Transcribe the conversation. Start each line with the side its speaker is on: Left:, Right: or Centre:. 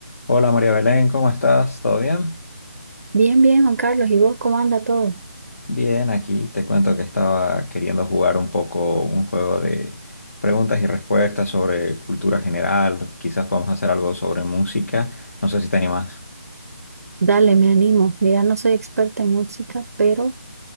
Left: Hola María Belén, ¿cómo estás? ¿Todo bien?
Right: Bien, bien, Juan Carlos. ¿Y vos cómo anda todo?
Left: Bien, aquí te cuento que estaba queriendo jugar un poco un juego de preguntas y respuestas sobre cultura general. Quizás podamos hacer algo sobre música. No sé si te animas.
Right: Dale, me animo. Mira, no soy experta en música, pero